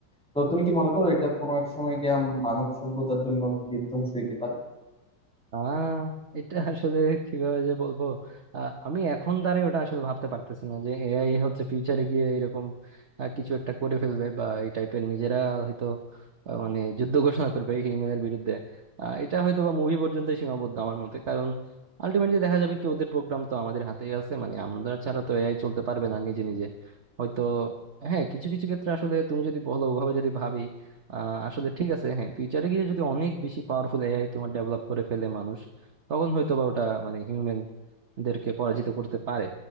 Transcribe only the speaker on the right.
আহ এটা আসলে কিভাবে যে বলবো আহ, আমি এখন দাঁড়াই ওটা আসলে ভাবতে পারতেছি না যে এআই হচ্ছে ফিউচারে গিয়ে এরকম আহ, কিছু একটা করে ফেলবে বা এই টাইপের নিজেরা হয়তো আহ, মানে যুদ্ধ ঘোষণা করবে হিউম্যানের বিরুদ্ধে আহ, এটা হয়তো বা মুভি পর্যন্ত সীমাবদ্ধ আমার মতে কারণ আলটিমেটলি দেখা যাবে কি ওদের প্রোগ্রাম তো আমাদের হাতেই আছে মানে আমরা ছাড়া তো এআই চলতে পারবে না নিজে নিজে হয়তো হ্যাঁ কিছু কিছু ক্ষেত্রে আসলে তুমি যদি বলো ওভাবে যদি ভাবি আহ, আসলে ঠিক আছে হ্যাঁ ফিউচারে গিয়ে যদি অনেক বেশি পাওয়ারফুল এআই তোমার ডেভেলপ করে ফেলে মানুষ তখন হয়তো বা ওটা মানে হিউম্যান দেরকে পরাজিত করতে পারে